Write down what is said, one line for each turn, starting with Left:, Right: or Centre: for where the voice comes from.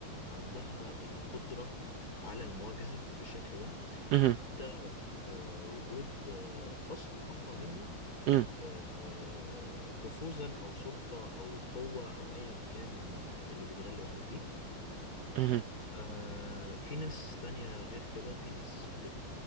Left: عندها القدرة على المواجهة بالشكل ده
Right: اهم،
Left: حتى في وجود آه، خصم اقوى منه
Right: إمم،
Left: آه، آه، نفوذا او سلطة او قوة او ايا كان آه، اللي بيتغلب عليه فيه
Right: اهم،
Left: ففي ناس تانية غير كده في ناس بت...